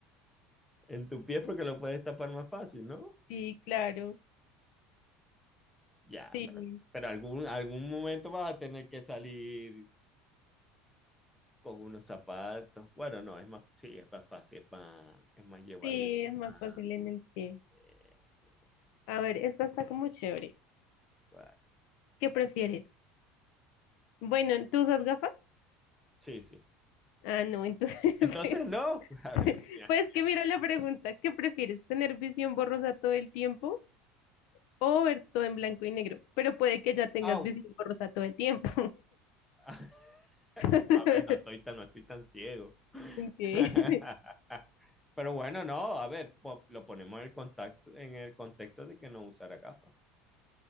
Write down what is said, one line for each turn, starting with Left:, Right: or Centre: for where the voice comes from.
Centre: En tu pie porque lo puedes tapar más fácil, ¿no?
Left: Sí, claro.
Centre: Ya,
Left: Sí,
Centre: pero, pero algún, algún momento vas a tener que salir con unos zapatos. Bueno, no, es más, sí, es más fácil, es más, es más llevadero.
Left: sí, es más
Centre: Más,
Left: fácil en el pie.
Centre: eh, sí, sí,
Left: A ver, esta está como chévere.
Centre: guay.
Left: ¿Qué prefieres? Bueno, ¿tú usas gafas?
Centre: sí. sí.
Left: Ah, no, entonces,
Centre: Entonces,
Left: <laughs>
Centre: no, <laughs> madre
Left: pues,
Centre: mía.
Left: pues que mira la pregunta, ¿qué prefieres? ¿Tener visión borrosa todo el tiempo o ver todo en blanco y negro? Pero puede que ya tengas
Centre: Au.
Left: visión borrosa todo el tiempo.
Centre: <laughs>
Left: <laughs>
Centre: A ver, no estoy tan, no estoy tan ciego.
Left: Ok.
Centre: <laughs> Pero bueno, no, a ver, po- lo ponemos en el contacto, en el contexto de que no usara gafas.